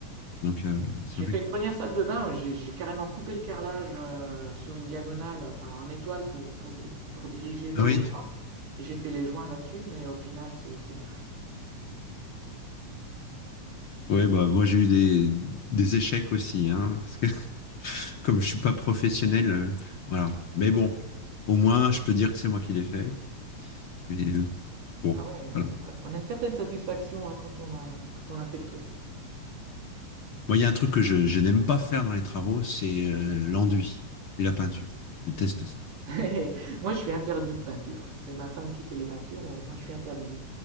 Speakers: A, on the left (about 50°); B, on the right (about 80°).
A: Donc, euh, c'est
B: J'ai
A: vrai
B: fait
A: que-
B: une première salle de bain, j'ai j'ai carrément coupé le carrelage euh, sur une diagonale, enfin en étoile pour, pour, di- pour diriger l'eau
A: Ah oui,
B: au centre, et j'ai fait les joints là-dessus, mais au final c'est c'est moche.
A: ouais, bah, moi j'ai eu des, des échecs aussi, hein, parce que <laughs> comme je suis pas professionnel, euh, voilà. Mais bon, au moins je peux dire que c'est moi qui l'ai fait. Mais, euh, bon,
B: Ah ouais, euh,
A: voilà.
B: on a- on a une certaine satisfaction hein, quand on a, quand on a fait le truc.
A: Moi, il y a un truc que je, je n'aime pas faire dans les travaux, c'est euh, l'enduit et la peinture. Je déteste ça.
B: <laughs> Moi je suis interdit de peinture, c'est ma femme qui fait les peintures et moi je suis interdit.